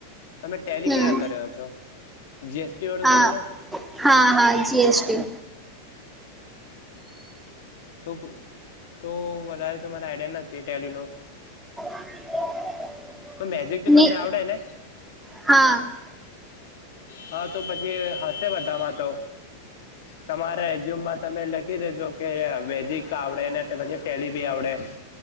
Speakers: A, on the left; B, in the centre.
A: તમે ટેલી
B: હમ
A: કયા કર્યો છો? જીએસટી વાળું
B: હા
A: કરેલું
B: હા હા! જીએસટી.
A: તોક તો વધારે તો મને આઈડિયા નથી ટેલ્યુ નુ.
B: <inaudible>
A: પણ મેજિક તો
B: ની
A: તમને આવડે ને?
B: હા!
A: હા તો પછી હશે બધામાં તો. તમારે એજ્યુમમાં તમે લખી દેજો કે. વેજીક આવડે ને ટેલી ભી આવડે.